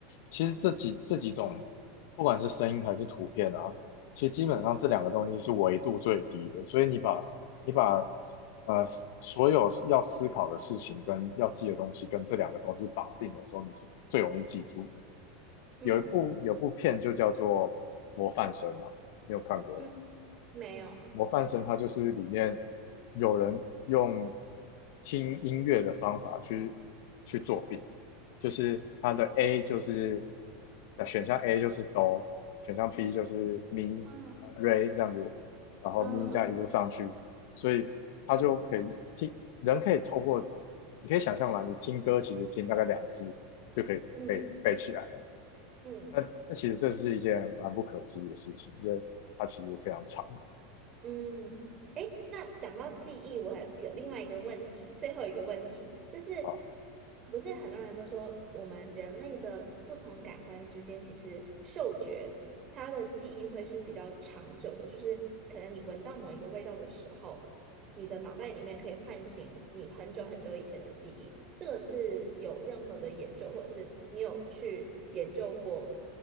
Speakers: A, on the left; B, on the right.
A: 其实这几这几种，不管是声音还是图片啊，其实基本上这两个东西是维度最低的，所以你把你把呃所有要思考的事情跟要记的东西跟这两个东西绑定的时候，你是最容易记住的。
B: 嗯
A: 有一部有部片就叫做《模范生》嘛，你有看过吗？
B: 嗯，没有。
A: 模范生他就是里面有人用听音乐的方法去去作弊，就是他的 A 就是呃选项 A 就是哆，选项 B 就是咪、
B: 嗯
A: 呃 re 这样子，然后咪这样一路上去，
B: 嗯嗯
A: 所以他就可以听，人可以透过你可以想象嘛，你听歌其实听大概两次就可以背背起来了，
B: 嗯嗯。
A: 那那其实这是一件蛮不可思议的事情，因为它其实非常长。
B: 嗯，诶，那讲到记忆，我还有另外一个问题，最后一个问题就是，
A: 啊。
B: 不是很多人都说我们人类的不同感官之间，其实嗅觉它的记忆会是比较长久的，就是可能你闻到某一个味道的时候，你的脑袋里面可以唤醒你很久很久以前的记忆。这个是有任何的研究，或者是你有去研究过